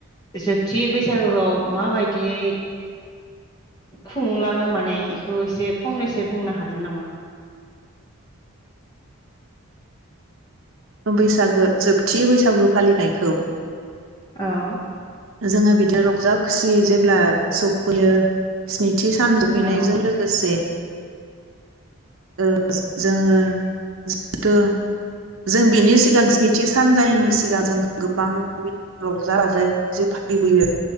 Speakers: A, on the left; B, on the right.
A: जो थि बैसागुआव माबायदियै खुंलाङो माने एखौ एसे फंनैसो बुंनो हागोन नामा?
B: बैसागो जोबथि बैसागु फालिनायखौ
A: औ
B: जोङो बिदिनो रंजा खुसि जेब्ला सफैयो स्नि थि सान सफैनायजों
A: औ
B: लोगोसे ओ जोङो थ' जों बिनि सिगां स्निथि सानजायैनि सिगां जों गोबां बिबाय रंजा बाजा जो फालिबोयो